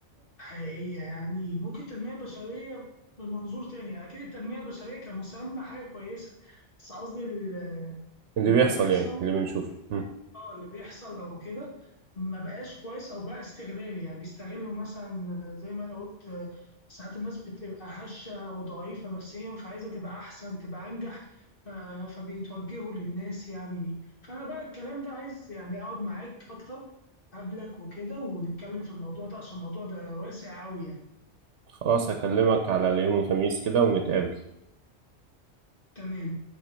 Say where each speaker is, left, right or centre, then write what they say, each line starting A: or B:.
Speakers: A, on the left; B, on the right.
A: حقيقية يعني ممكن التنمية البشرية بمنظور تاني يعني أكيد التنمية البشرية كمسمى حاجة كويسة بس قصدي ال-
B: اللي
A: اللي
B: بيحصل
A: بيحصل
B: يعني اللي بنشوفه مم.
A: اه اللي بيحصل او كده ما بقاش كويس او بقى استغلالي يعني بيستغلوا مثلا زي ما انا قلت آه، ساعات الناس بتبقى هشة او ضعيفة نفسيا فعايزة تبقى احسن تبقى انجح ف- فبيتوجهوا للناس يعني دي فانا بقى الكلام ده عايز يعني اقعد معاك اكتر قبلك وكده ونتكلم في الموضوع ده عشان الموضوع ده واسع قوي يعني
B: خلاص هكلمك على اليوم الخميس كده ونتقابل
A: تمام